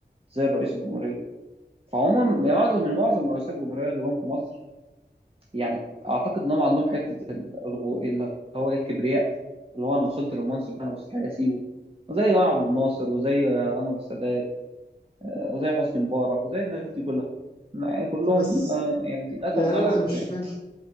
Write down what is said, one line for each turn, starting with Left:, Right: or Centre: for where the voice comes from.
Right: زي الرئيس الجمهورية فعموما يعني معظم من معظم رؤساء الجمهورية اللي جم في مصر يعني اعتقد ان هم عندهم حتة الغو- اللي هو الكبرياء اللي هو انا وصلت للمنصب ده انا مستحيل اسيبه زي جمال عبد الناصر وزي انور السادات وزي حسني مبارك وزي الناس دي كلها يعني كلهم
Left: بس
Right: آه، يعني للاسف
Left: يعني
Right: ده
Left: انا
Right: العرف
Left: مش
Right: يعني
Left: فاهم